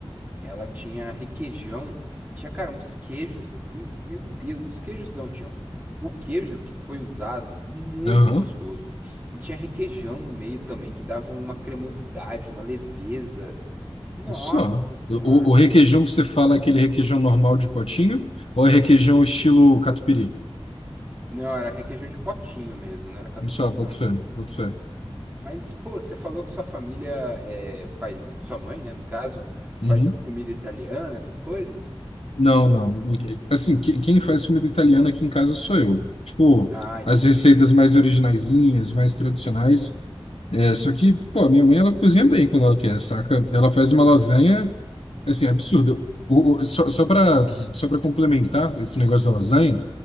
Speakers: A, on the right (about 20°); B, on the left (about 80°).
A: Ela tinha requeijão, tinha, cara, uns queijos assim, meu Deus, uns queijos não, tinham o queijo que foi usado, muito
B: Aham,
A: gostoso. E tinha requeijão no meio também, que dava uma cremosidade, uma leveza. Nossa
B: só.
A: senhora,
B: O, o
A: cara.
B: requeijão que você fala é aquele requeijão normal de potinho ou é requeijão estilo catupiry?
A: Não, era requeijão de potinho mesmo, não era catupiry
B: Só, boto
A: não.
B: fé, boto fé.
A: Mas, pô, você falou que sua família é, faz, sua mãe, né, no caso, faz
B: Uhum.
A: comida italiana, essas coisas?
B: Não, não. Assim, que- quem faz comida italiana aqui em casa sou eu. Tipo,
A: Ah, entendi.
B: as receitas mais originaizinhas, mais tradicionais. É, só
A: Uhum,
B: que, pô, minha mãe, ela cozinha bem quando ela quer, saca? Ela faz uma lasanha, assim, absurda. O, o- só, só pra, só pra complementar esse negócio da lasanha,